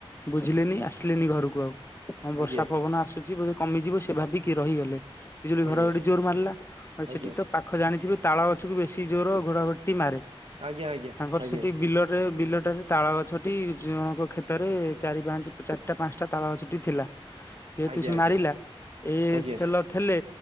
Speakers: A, on the left; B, on the right.
A: ବୁଝିଲେନି ଆସିଲେନି ଘରକୁ ଆଉ। ହଁ ବର୍ଷା
B: ଆଜ୍ଞା
A: ପବନ ଆସୁଛି ବୋଧେ କମିଯିବ ସେ ଭାବିକି ରହିଗଲେ। ବିଜୁଳି
B: ଆଜ୍ଞା
A: ଘଡ ଘଡି ଜୋର ମାରିଲା
B: ଆଜ୍ଞା
A: ସେଠି ତ ପା ଖ ଜାଣିଥିବେ ତାଳ ଗଛରୁ ବେଶୀ ଜୋର ଘୋଡ଼ଘଡ଼ିଟି ମାରେ।
B: ଆଜ୍ଞା ଆଜ୍ଞା
A: ତାଙ୍କର
B: ଆଜ୍ଞା
A: ସେଠି ବିଲରେ ବିଲଟାରେ ତାଳ ଗଛ ଟି ଜଣଙ୍କ କ୍ଷେତରେ ଚାରି ପାଞ୍ଚ ଚାରିଟା ପାଞ୍ଚଟା ତାଳ ଗଛଟି ଥିଲା।। ଯେହେତୁ
B: ଆଜ୍ଞା
A: ସେ
B: ଆଜ୍ଞା
A: ମାରିଲା ଏ
B: ଆଜ୍ଞା
A: ତେଲ ଥିଲେ